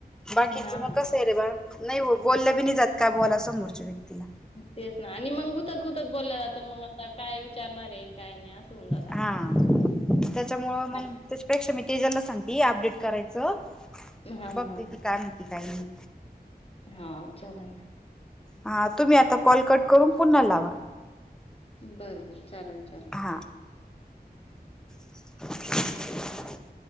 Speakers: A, in the centre; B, on the left.
A: बाकीचं
B: हां,
A: मग
B: हां.
A: कसं आहे रे बाळ नाही हो बोललं बी नाही जात, काय बोलायचं समोरच्या व्यक्तीला
B: तेच ना आणि मग गुतत गुतत बोलल्या जात मग आता काय विचारणार आहे काय नाही असं? होऊन जातं आपल्याला.
A: हा
B: हं.
A: त्याच्यामुळं मग त्याच प्रेक्षा मी तेजलला सांगती अपडेट करायचं,
B: हां,
A: बघते
B: हां.
A: ती काय म्हणती काय नाही?
B: हा चालंल ना
A: हा तुम्ही आता कॉल कट करून पुन्हा लावा.
B: बरं- बरं, चालंल चालंल.
A: हा.... <inaudible>